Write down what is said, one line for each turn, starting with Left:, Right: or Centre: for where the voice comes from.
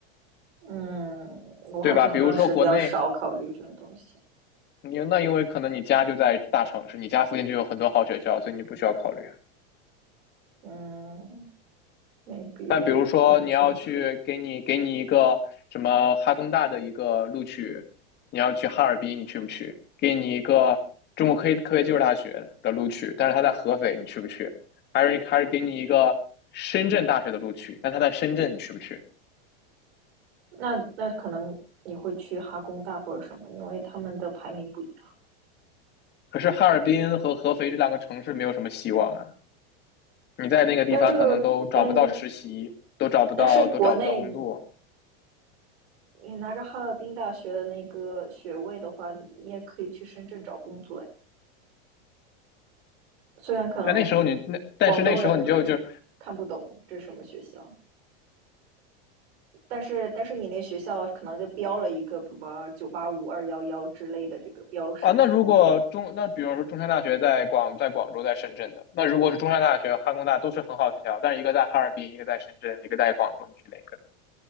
Right: 嗯，我好像当时比较少考虑这个东西，
Left: 对吧？比如说国内，你那因为可能你家就在大城市，你家附近就有很多好学校，所以你不需要考虑。
Right: 嗯，maybe
Left: 但比如说你要去给你给你一个什么哈工大的一个录取，
Right: 我也不太清楚。
Left: 你要去哈尔滨，你去不去？给你一个中国科学科学技术大学的录取，但是他在合肥，你去不去？还是还是给你一个深圳大学的录取，但他在深圳，你去不去？
Right: 那那可能你会去哈工大或者什么，因为他们的排名不一样。
Left: 可是哈尔滨和合肥这两个城市没有什么希望啊。你在那个地方可能都找不到实习，
Right: 但这个，但
Left: 都找不到，
Right: 但是国内
Left: 都找不到工作。
Right: 你拿着哈尔滨大学的那个学位的话，你也可以去深圳找工作呀。虽然可能
Left: 但那时候你那，但是那时候你就就
Right: 广东人可能看不懂这是什么学校，但是但是你那学校可能就标了一个什么九八五二幺幺之类的这个标识在。
Left: 啊，那如果中那比如说中山大学在广在广州在深圳的，那如果是中山大学、哈工大都是很好的学校，但是一个在哈尔滨，一个在深圳，一个在广州，你去哪个？